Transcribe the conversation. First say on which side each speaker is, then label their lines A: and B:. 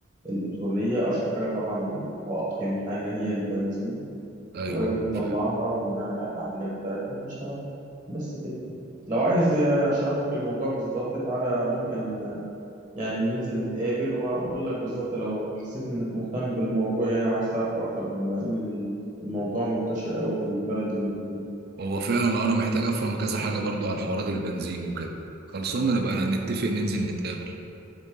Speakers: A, on the right; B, on the right.
A: البتروليه اشهر حاجه طبعا ال- واقيم حاجه هي البنزين
B: ايوه
A: وبنطلعها
B: اه فعلا
A: وبنعمل عليها العمليات بتاعتها وبنشتغل بس كده لو عايز اشرح لك الموضوع بالظبط تعالى ممكن يعني ننزل نتقابل واقول لك بالظبط لو حسيت انك مهتم بالموضوع يعني وعايز تعرف اكتر بما ان ال- الموضوع منتشر قوي في البلد اللي من دول
B: هو فعلا آه، انا محتاج افهم كذا حاجه برضو عن حوارات البنزين وكده خلصنا نبقى نتفق ننزل نتقابل